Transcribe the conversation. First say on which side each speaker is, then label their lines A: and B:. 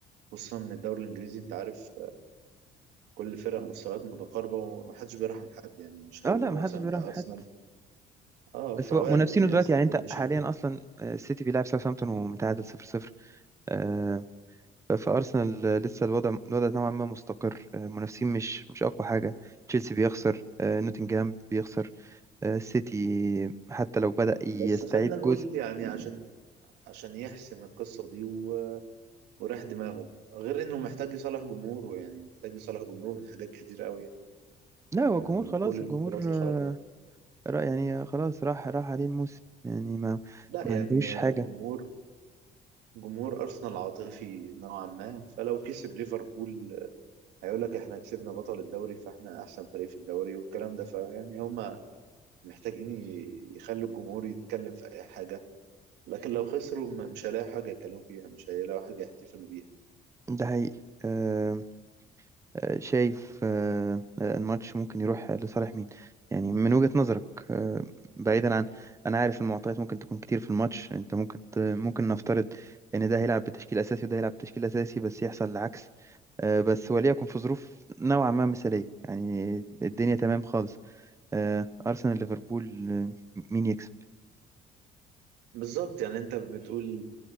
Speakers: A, on the right; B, on the right.
A: خصوصا ان الدوري الانجليزي انت عارف كل فرق مستويات متقاربة ومحدش بيرحم حد يعني مش
B: اه
A: هيقولوا
B: لا محدش
A: مثلا
B: بيراهم
A: ده
B: حد.
A: أرسنال اه
B: بس
A: فوارد
B: هو منافسينه
A: يحصل
B: دلوقتي يعني
A: كل
B: انت
A: شيء
B: حاليا اصلا آه، السيتي بيلعب ساوثهامبتون ومتعادل 0-0 آه، فارسنال آه، لسه الوضع الوضع نوعا ما مستقر آه، منافسين مش مش اقوى حاجه تشيلسي بيخسر آه، نوتنجهام بيخسر آه، السيتي حتى لو بدأ يستعيد
A: بس خلينا نقول
B: جزء
A: يعني عشان عشان يحسم القصة دي و... وراح دماغه غير انه محتاج يصالح جمهوره يعني محتاج يصالح جمهوره من حاجات كتير قوي
B: لا هو
A: آه،
B: الجمهور
A: من
B: خلاص
A: كل البطولات
B: الجمهور
A: اللي
B: آه،
A: خرج منها
B: رأي يعني خلاص راح راح عليه الموسم يعني ما
A: لا
B: ما
A: يعني
B: عندوش حاجه
A: جمهور جمهور ارسنال عاطفي نوعا ما فلو كسب ليفربول هيقول لك احنا كسبنا بطل الدوري فاحنا احسن فريق في الدوري والكلام ده فيعني هم محتاجين ي- يخلوا الجمهور يتكلم في اي حاجه لكن لو خسروا م- مش هيلاقوا حاجه يتكلموا فيها مش هيلاقوا حاجه يحتفلوا بيها
B: ده حقيقي آه، آه، شايف آه، آه، الماتش ممكن يروح لصالح مين يعني من وجهة نظرك آه، بعيدا عن انا عارف المعطيات ممكن تكون كتير في الماتش انت ممكن ت... ممكن نفترض ان ده هيلعب بتشكيل اساسي وده هيلعب بتشكيل اساسي بس يحصل العكس آه، بس وليكن في ظروف نوعا ما مثالية يعني الدنيا تمام خالص آه، ارسنال ليفربول آه، مين يكسب
A: بالظبط يعني انت بتقول